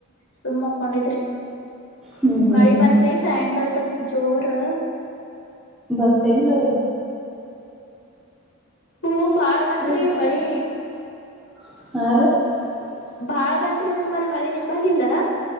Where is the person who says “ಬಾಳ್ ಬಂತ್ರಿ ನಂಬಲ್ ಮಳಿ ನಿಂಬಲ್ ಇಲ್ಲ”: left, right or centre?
Left